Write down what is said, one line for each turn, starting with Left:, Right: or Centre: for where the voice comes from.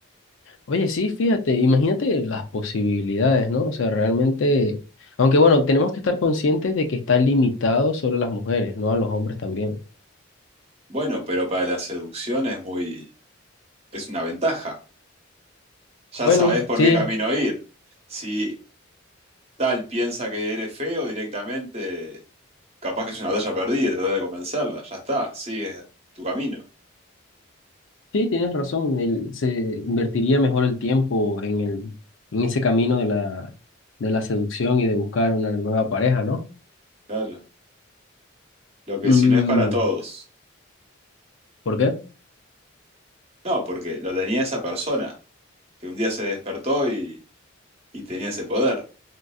Left: oye, sí, fíjate, imagínate las posibilidades, ¿no? O sea, realmente, aunque bueno, tenemos que estar conscientes de que está limitado solo a las mujeres, no a los hombres también.
Right: Bueno, pero para la seducción es muy, es una ventaja. Ya
Left: Bueno,
Right: sabes por
Left: sí,
Right: qué camino ir. Si tal piensa que eres feo directamente, capaz que es una batalla perdida y tratar de convencerla, ya está, sigue tu camino.
Left: Sí, tienes razón. El, se invertiría mejor el tiempo en el, en ese camino de la, de la seducción y de buscar una nueva pareja, ¿no?
Right: Claro. Lo que
Left: Mm,
Right: si no es para todos.
Left: ¿por qué?
Right: No, porque lo tenía esa persona, que un día se despertó y, y tenía ese poder.